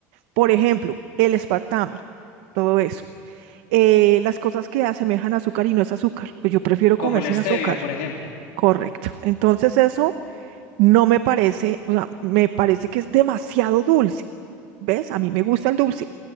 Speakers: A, on the right (about 60°); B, on the left (about 85°).
A: Por ejemplo, el espartame, todo eso. Eh, las cosas que asemejan azúcar y no es azúcar, pues yo prefiero
B: Como
A: comer
B: la
A: sin
B: stevia,
A: azúcar.
B: por ejemplo.
A: Correcto. Entonces eso no me parece, o sea, me parece que es demasiado dulce. ¿Ves? A mí me gusta el dulce.